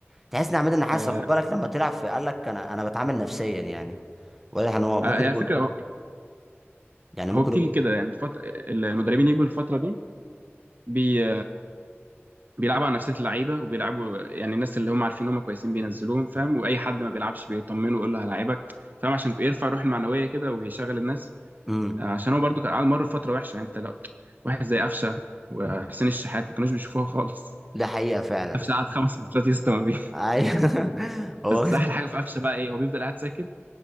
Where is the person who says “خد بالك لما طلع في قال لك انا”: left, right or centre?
Centre